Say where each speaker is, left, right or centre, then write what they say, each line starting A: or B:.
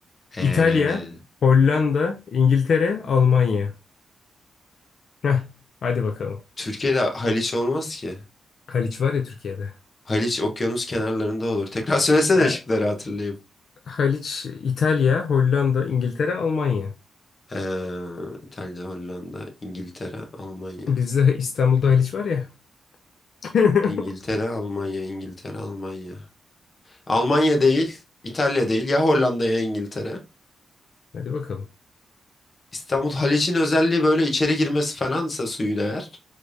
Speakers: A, on the left (about 35°); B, on the left (about 60°).
A: Ee,
B: İtalya, Hollanda, İngiltere, Almanya. Heh, hadi bakalım.
A: Türkiye'de Haliç olmaz ki.
B: Haliç var ya Türkiye'de.
A: Haliç okyanus kenarlarında olur. Tekrar söylesene
B: Ya
A: şıkları hatırlayayım.
B: Haliç, İtalya, Hollanda, İngiltere, Almanya.
A: Ee, İtalya, Hollanda, İngiltere, Almanya.
B: Bizde İstanbul'da Haliç var ya. <laughs>
A: İngiltere, Almanya, İngiltere, Almanya. Almanya değil, İtalya değil. Ya Hollanda ya İngiltere.
B: Hadi bakalım.
A: İstanbul Haliç'in özelliği böyle içeri girmesi falansa suyun eğer.